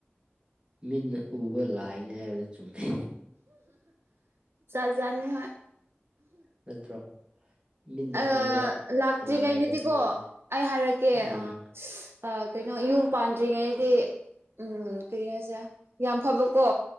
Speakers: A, on the right; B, on the right.
A: ꯃꯤꯠꯅ ꯎꯕ ꯂꯥꯏꯅꯤ ꯍꯥꯏꯕꯗꯨ ꯆꯨꯝꯃꯤ
B: ꯖꯥꯠꯖꯥꯠꯅꯤ ꯍꯣꯏ
A: ꯅꯠꯇ꯭ꯔꯣ ꯃꯤꯠꯅ
B: ꯑ
A: ꯎꯕ
B: ꯂꯥꯛꯇ꯭ꯔꯤꯉꯩꯗꯗꯤꯀꯣ
A: ꯂꯥꯏꯅꯤ ꯃꯣꯏꯁꯦ
B: ꯑꯩ ꯍꯥꯏꯔꯛꯀꯦ
A: ꯎꯝ
B: ꯑ ꯑ ꯀꯩꯅꯣ ꯌꯨꯝ ꯄꯥꯟꯗ꯭ꯔꯤꯉꯩꯗꯤ ꯎꯝ ꯀꯔꯤ ꯍꯥꯏꯁꯤꯔ ꯌꯥꯝ ꯐꯕꯀꯣ